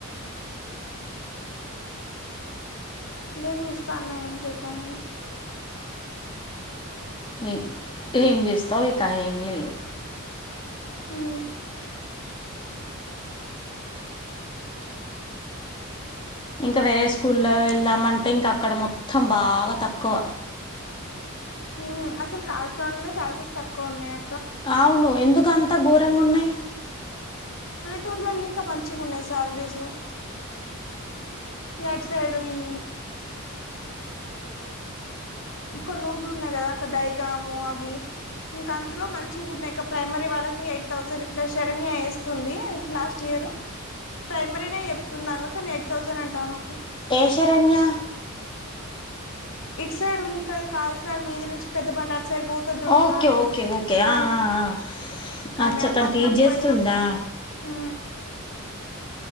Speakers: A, on the left; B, on the left.
A: అదే చూస్తాన్న ఏం చేద్దామని
B: ఏ ఏం చేస్తావు ఇక ఏం లేదు
A: ఊ
B: ఇంకా వేరే స్కూల్లో వెళ్ళామంటే ఇంక అక్కడ మొత్తం బాగా తక్కువ
A: ఉ అసలు కాసజ్ నగర్ లోనే సాలరీస్ తక్కువ ఉన్నాయా
B: అవును ఎందుకంత ఘోరంగా ఉన్నాయి
A: టూర్లలో ఇంకా మంచిగా ఉన్నాయి సాలరీస్ ఆటు సైడ్ ఈ కొన్ని ఊర్లు ఉన్నాయి కదా అక్క దయగాము అవి ఇంకా అందులో మంచి గున్నాయి ఇక ప్రైమరీ వాళ్ళకి ఎయిట్ థౌసండ్ ఇట్లా శరన్య వేస్తుంది లాస్ట్ ఇయర్ రు ప్రైమరీనే చెప్తుందామె కానీ ఎయిట్ థౌసండ్ అంటా ఆమెకు
B: ఏ శరణ్య
A: ఇట్ సైడ్ ఉంటది కావల్సిన మీద నుంచి పెద్ద బండరు అటు సైడ్ పోతది చూడు
B: ఓకే
A: ఒకామె
B: ఓకే ఓకే ఆ,
A: ఆమె
B: ఆ, ఆ. అచ్చా
A: ఆమె అప్పట్లో
B: తను టీచ్ చేస్తుందా
A: పోయిన ఊ